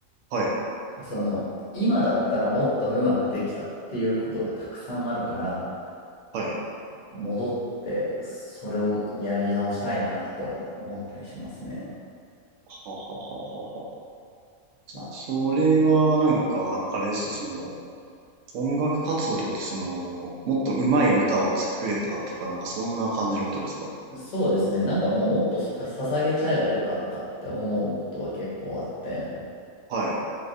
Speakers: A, on the right; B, on the left.
A: はい、
B: その、今だったらもっとうまくできたっていうことがたくさんあるから、
A: はい。
B: 戻って、それをやり直したいなっては思ったりしますね。
A: ははははは。
B: ま
A: それはなんか、あれです、その、音楽活動ってこと、その、もっと上手い歌を作れたとか、なんかそんな感じのことですか
B: あ、そうですね。なんかもうもっとさか、捧げちゃえばよかったって思うことは結構あって。
A: はい、